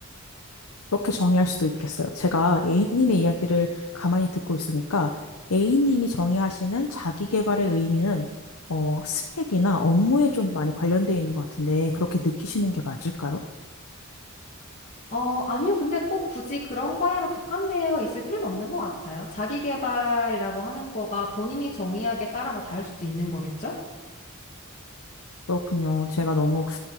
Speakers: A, on the left; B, on the left.
A: 그렇게 정의할 수도 있겠어요. 제가 A님의 이야기를 가만히 듣고 있으니까 A님이 정의하시는 자기 개발의 의미는 어, 스펙이나 업무에 좀 많이 관련되어 있는 것 같은데 그렇게 느끼시는 게 맞을까요?
B: 어, 아니요. 근데 꼭 굳이 그런 거에만 국한되어 있을 필요는 없는 것 같아요. 자기 개발이라고 하는 거가 본인이 정의하기에 따라 뭐 다를 수도 있는 거겠죠?
A: 그렇군요. 제가 너무